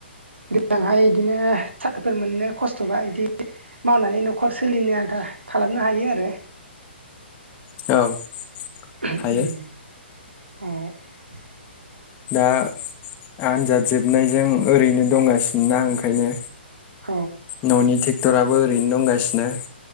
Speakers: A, on the right; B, on the left.
A: देनांहाय इदिनो साख्रिफोर मोननो खस्थ'बा इदि मावनानै न'खर सोलिनो आनथा खालामनो हायो आरो।
B: औ
A: उ
B: हायो
A: <inaudible>
B: दा आनजाद जोबनायजों ओरैनो दंगासिनोना ओंखायनो।
A: औ
B: ननि टेक <unintelligible> टराबो ओरैनो दंगासिनो